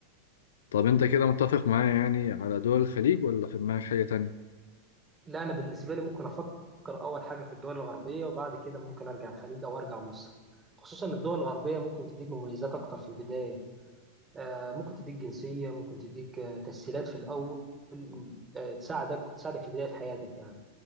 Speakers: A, on the left; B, on the right.
A: طب أنت كده متفق معايا يعني على دول الخليج ولا في دماغك حاجة تانية؟
B: لا انا بالنسبه لي ممكن افكر اول حاجه في الدول الغربيه وبعد كده ممكن ارجع الخليج او ارجع مصر خصوصا ان الدول الغربيه ممكن تديك مميزات اكتر في البدايه آه، ممكن تديك جنسيه ممكن تديك آه، تسهيلات في الاول آه، تساعدك تساعدك في بدايه حياتك يعني